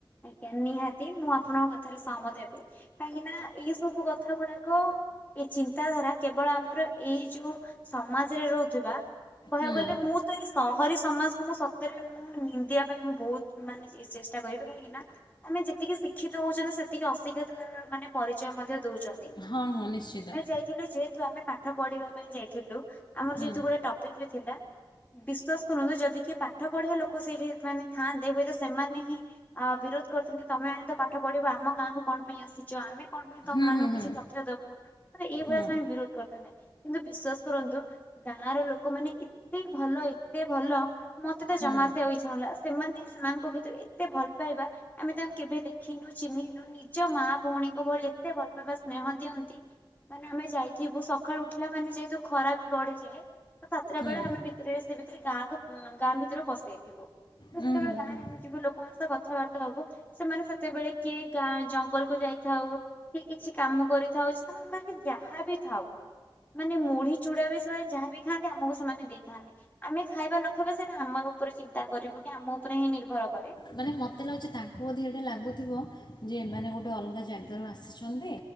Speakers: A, on the left; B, on the left.
A: ଆଜ୍ଞା ନିହାତି ମୁଁ ଆପଣଙ୍କ କଥାରେ ସହ ମତ ହେବା କାହିଁକି ନା। ଏଇ ସବୁ କଥା ଗୁଡାକ ଏ ଚିନ୍ତାଧାରା କେବଳ ଆମର ଏଇ ଯୋଉ। ସମାଜରେ ରହୁଥିବା କହିବାକୁ
B: ହୁଁ
A: ଗଲେ ମୁଁ ତ ଏଇ ସହରୀ ସମାଜକୁ ମୁଁ ସତରେ। ମୁଁ ନିନ୍ଦିବା ପାଇଁ ମୁଁ ବହୁତ ମାନେ ଏ ଚେଷ୍ଟା କରିବି। କାହିଁକି ନା ଆମେ ଯେତିକି ଶିକ୍ଷିତ ହଉଛନ୍ତି ସେତିକି ଅଶିକ୍ଷିତ ତାର ମାନେ ପରିଚୟ ମଧ୍ୟ ଦଉଛନ୍ତି।
B: ହଁ ହଁ ନିଶ୍ଚିତ।
A: ଯାଇଥିଲ ଯେହେତୁ ଆମେ ପାଠ ପଢିବା ପାଇଁ ଯାଇଥିଲୁ ଆମର
B: ହୁଁ
A: ଯେହେତୁ ଗୋଟେ ଟପିକ ରେ ଥିଲା। ବିଶ୍ଵାସ କରନ୍ତୁ ଯଦି କି ପାଠ ପଢିବା ଲୋକ ସେଇଠି ମାନେ ଥାଆନ୍ତେ ହୁଏତ ସେମାନେ ହିଁ। ଆ ବିରୋଧ କରୁଥାନ୍ତେ ତମେ ମାନେ ତ ପାଠ ପଢିବ ଆମ ଗାଁ କୁ କଣ ପାଇଁ ଆସିଛ ଆମେ। କଣ ପାଇଁ ତମ
B: ହୁଁ
A: ମାନଙ୍କୁ
B: ହୁଁ ହୁଁ
A: କିଛି ତଥ୍ୟ ଦବୁ ତ ଏଇଭଳିଆ
B: ହୁଁ
A: ସେମାନେ ବିରୋଧ। କରିଥାନ୍ତେ କିନ୍ତୁ ବିଶ୍ଵାସ କରନ୍ତୁ ଗାଁର ଲୋକ୍ ଲୋକ ମାନେ ଏତେ ଭଲ ଏତେ ଭଲ ମତେ ତ
B: ହୁଁ
A: ଜମା ଆସି ବାକୁ ଇଛା ସେମାନେ ସେମାନଙ୍କ ଭିତରେ ଏତେ ଭଲ ପାଇବା ଆମେ ତାଙ୍କୁ କେବେ ଦେଖିନୁ ଚିହ୍ନନୁ। ନିଜ ମା ଭଉଣୀକୁ ଭଳି ଏତେ ଭଲ ପାଇବା ସ୍ନେହ ଦିଅନ୍ତି ମାନେ ଆମେ ଯାଇଥିବୁ ସ ସଖାଳୁ ଉଠିଲା ମାନେ ଯେହେତୁ ଖରା ବି ବଢ଼ିଯାଏ। ତ ସାତଟା
B: ହୁଁ
A: ବେଳେ
B: ହୁଁ
A: ଆମେ ଭିତରେ ସେ ଭିତରେ ଗାଁ କୁ ଗାଁ ଭିତରୁ ପସିଯାଇଥିବୁ। ତ
B: ହୁଁ
A: ସେତେବେଳେ
B: ହୁଁ
A: ଗାଁରେ
B: ହୁଁ
A: ଆମେ ଯିବୁ ଲୋକ ମାନଙ୍କ ସହ କଥାବାର୍ତ୍ତା ହବୁ। ସେମାନେ ସେତେବେଳେ କିଏ ଗାଁ ଜଙ୍ଗଲ କୁ ଯାଇଥାଉ। କି କିଛି କାମ କରିଥାଉ କି ସେମାନେ ଯାହା ବିି ଥାଉ। ମାନେ ମୁଢି ଚୁଡା ବି ସେମାନେ ଯାହାବି ଖାଆନ୍ତି ଆମକୁ ସେମାନେ ଦେଇଥାନ୍ତି। ଆମେ ଖାଇବା ନ ଖାଇବା ସେଟା ଆମ ଉପରେ ଚିନ୍ତା କରିବୁ କି ଆମ ଉପରେ ହିଁ ନିର୍ଭର କରେ।
B: ମାନେ ମତେ ଲାଗୁଛି ତାଙ୍କୁ ବୋଧେ ଏଇଟା ଲାଗୁଥିବ ଯେ ଏମାନେ ଗୋଟେ ଅଲଗା ଜାଗାରୁ ଆସିଛନ୍ତି।